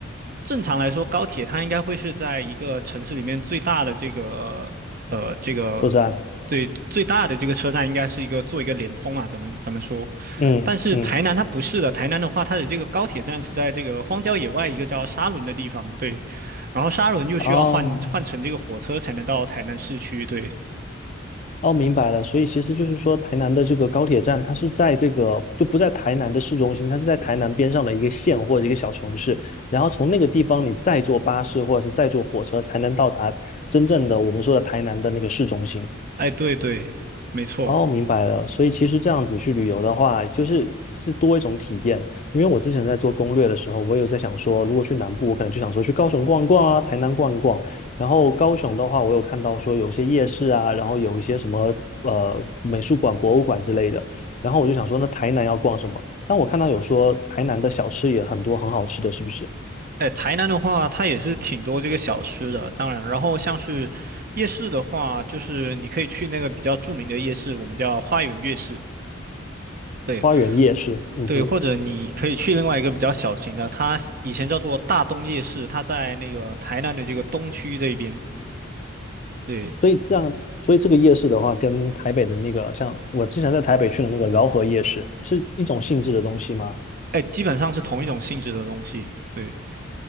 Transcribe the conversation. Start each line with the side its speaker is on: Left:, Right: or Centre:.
Right: 正常来说，高铁它应该会是在一个城市里面最大的这个呃呃这个
Left: 车站。
Right: 对最大的这个车站，应该是一个做一个联通嘛，咱们咱们说。
Left: 嗯嗯，
Right: 但是台南它不是的，台南的话，它的这个高铁站是在这个荒郊野外一个叫沙仑的地方，对。然后沙仑又需要换换乘这个火车才能到台南市区，
Left: 哦
Right: 对。
Left: 哦，明白了。所以其实就是说，台南的这个高铁站，它是在这个就不在台南的市中心，它是在台南边上的一个县或者一个小城市。然后从那个地方，你再坐巴士或者是再坐火车，才能到达真正的我们说的台南的那个市中心。
Right: 哎，对对，没错。
Left: 哦，明白了。所以其实这样子去旅游的话，就是是多一种体验。因为我之前在做攻略的时候，我有在想说，如果去南部，我可能就想说去高雄逛一逛啊，台南逛一逛。然后高雄的话，我有看到说有些夜市啊，然后有一些什么呃美术馆、博物馆之类的。然后我就想说，那台南要逛什么？但我看到有说台南的小吃也很多，很好吃的，是不是？
Right: 哎，台南的话，它也是挺多这个小吃的。当然，然后像是夜市的话，就是你可以去那个比较著名的夜市，我们叫花园夜市。对
Left: 花园夜市，嗯哼。
Right: 对，或者你可以去另外一个比较小型的，它以前叫做大东夜市，它在那个台南的这个东区这边。对，
Left: 所以这样，所以这个夜市的话，跟台北的那个，像我之前在台北去的那个饶河夜市，是一种性质的东西吗？
Right: 哎，基本上是同一种性质的东西。对，